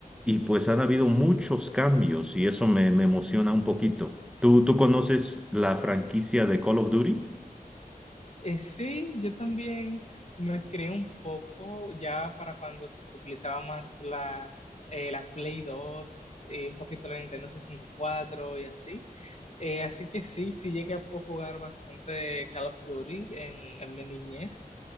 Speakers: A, in the centre; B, on the left (about 45°).
A: y pues han habido muchos cambios y eso me, me emociona un poquito. ¿Tú, tú conoces la franquicia de Call of Duty?
B: Eh, sí, yo también me creé un poco ya para cuando se utilizaba más la, eh, la Play dos eh, un poquito la Nintendo 64 y cuatro y así. Eh, así que sí, sí llegué a poder jugar bastante Call of Duty en, en mi niñez.